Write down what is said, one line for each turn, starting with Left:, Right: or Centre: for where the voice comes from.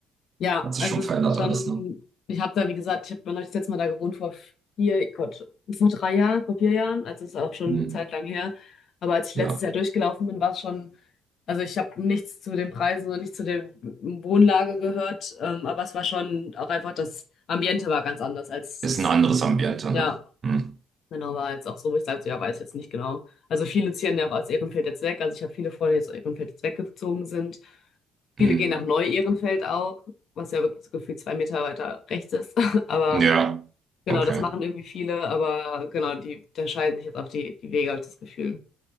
Left: Ja,
Right: Hat sich
Left: also
Right: schon
Left: es
Right: verändert
Left: ist schon,
Right: alles, ne?
Left: ich habe da, wie gesagt, ich habe hab das letzte Mal da gewohnt vor vier, Gott, vor drei Jahren, vor vier Jahren. Also es ist auch schon
Right: Hm.
Left: eine Zeit lang her. Aber als ich
Right: Ja,
Left: letztes Jahr durchgelaufen bin, war es schon, also ich habe nichts zu den Preisen und nichts zu der Wohnlage gehört. Ähm, aber es war schon auch einfach, das Ambiente war ganz anders als,
Right: ist
Left: es-
Right: ein anderes Ambiente,
Left: ja,
Right: ne? Hm.
Left: Genau, war jetzt auch so, wo ich sagte, ja, weiß ich jetzt nicht genau. Also viele ziehen ja auch aus Ehrenfeld jetzt weg. Also ich habe viele Freunde, die aus Ehrenfeld jetzt weggezogen sind.
Right: Hm.
Left: Viele gehen nach Neu-Ehrenfeld auch, was ja wirklich so gefühlt zwei Meter weiter rechts ist. <laughs> Aber
Right: Ja,
Left: genau,
Right: okay,
Left: das machen irgendwie viele. Aber genau, die da scheiden sich jetzt auch die, die Wege, habe ich das Gefühl.